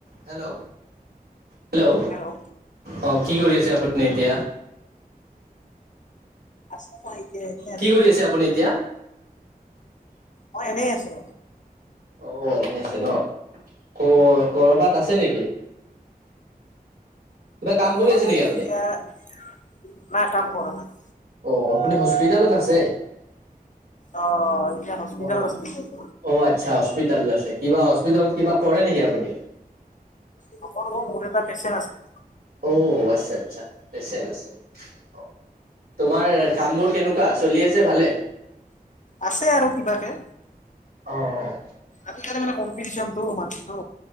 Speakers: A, on the right (about 80°); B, on the left (about 50°).
A: Hello hello.
B: Hello.
A: অ, কি কৰি আছে আপুনি এতিয়া?
B: আছো মই এতিয়া এনেই আছো।
A: কি কৰি আছে আপুনি এতিয়া
B: মই এনেই আছো।
A: অ এনেই আছে ন। ক কৰবাত আছে নেকি? কিবা কাম কৰি
B: মানে
A: আছে নেকি আপুনি?
B: <unintelligible> নাই কাম কৰা নাই।
A: অ আপুনি হস্পিতালত আছে?
B: অ, এতিয়া হস্পিতালত
A: অ
B: আছে ডিব্ৰুগড়ত।
A: অ আচ্ছা হস্পিতালত আছে, কিবা হস্পিতালত কিবা কৰে নেকি আপুনি?
B: নকৰো অ মোৰ এটা পেচেন আছে।
A: অঁ আচ্ছা আচ্ছা, পেছেন আছে। অ, তোমাৰ কাম বোৰ কেনেকুৱা চলি আছে ভালে?
B: আছে আৰু কিবাকে।
A: অ, অ।
B: আজিকালি মানে কম্পিটিচন ত মানুহটো।